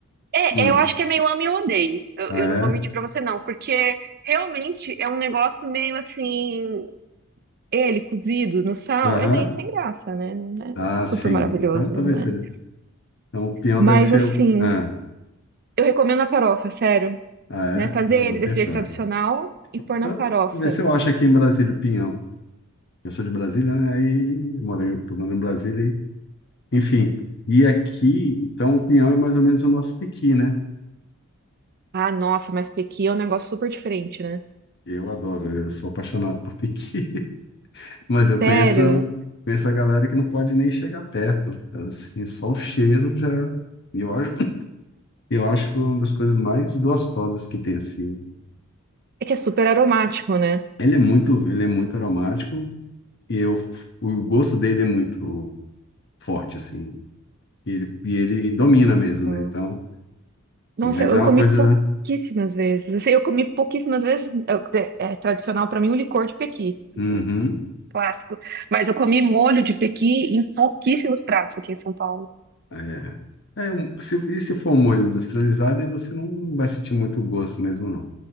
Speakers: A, on the right; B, on the left.
A: É,
B: Hum.
A: eu acho que é meio ame ou odeie. Eu,
B: Ah,
A: eu não vou mentir
B: é?
A: pra você, não, porque realmente é um negócio meio assim. Ele cozido no sal
B: Aham,
A: é meio sem graça, né? Não é
B: Ah, sim.
A: super maravilhoso,
B: Então talvez
A: né?
B: seja isso. Então o pinhão
A: Mas
B: deve ser...
A: assim,
B: o- Ah,
A: eu recomendo a farofa, sério,
B: ah é?
A: né? Fazer
B: Ah,
A: ele
B: vou tentar.
A: desse jeito tradicional e pôr
B: Então,
A: na farofa.
B: ver se eu acho aqui em Brasília o pinhão. Eu sou de Brasília, né? Aí moro, em- tô morando em Brasília, aí. Enfim, e aqui, então o pinhão é mais ou menos o nosso piqui, né?
A: Ah, nossa, mas pequi é um negócio super diferente, né?
B: Eu adoro, eu sou apaixonado por piqui, <laughs> mas eu conheço,
A: Sério.
B: conheço a galera que não pode nem chegar perto. Assim, só o cheiro já. e Eu acho, eu acho que é uma das coisas mais gostosas que tem, assim.
A: É que é super aromático, né?
B: Ele é muito, ele é muito aromático e eu, o gosto dele é muito forte, assim. E ele, e ele domina mesmo,
A: Ah.
B: né? Então,
A: Nossa,
B: mas
A: eu
B: é uma
A: comi
B: coisa.
A: pouquíssimas vezes. Assim, Eu comi pouquíssimas vezes. eu- É, é tradicional para mim o licor de pequi, porque,
B: Uhum,
A: né, clássico. Mas eu comi molho de pequi em pouquíssimos pratos aqui em São Paulo.
B: é. É, um- se, e se for um molho industrializado, aí você não vai sentir muito gosto mesmo, não.